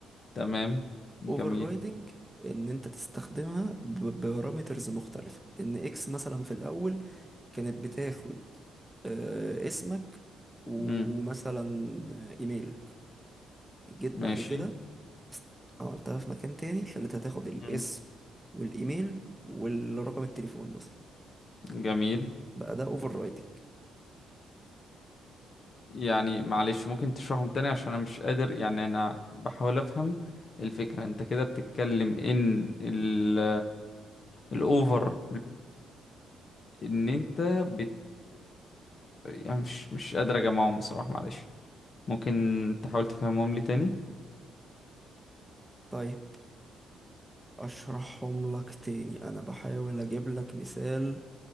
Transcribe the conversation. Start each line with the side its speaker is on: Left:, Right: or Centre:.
Left: تمام جميل
Centre: اوفر رايدنج ان انت تستخدمها ببارامترز مختلفه ان اكس مثلا في الاول كانت بتاخد آه، اسمك ومثلا
Left: امم
Centre: ايميلك جيت بعد
Left: ماشي
Centre: كده است- عملتها في مكان تاني خليتها تاخد الاسم
Left: امم
Centre: والايميل والرقم التليفون مثلا
Left: جميل
Centre: بقى ده اوفر رايتنج
Left: يعني معلش ممكن تشرحهم تاني عشان انا مش قادر يعني انا بحاول افهم الفكرة انت كده بتتكلم ان ال الاوفر ان انت بت يعني مش مش قادر اجمعهم بصراحة معلش ممكن تحاول تفهمهم لي تاني
Centre: طيب اشرحهم لك تاني انا بحاول اجيب لك مثال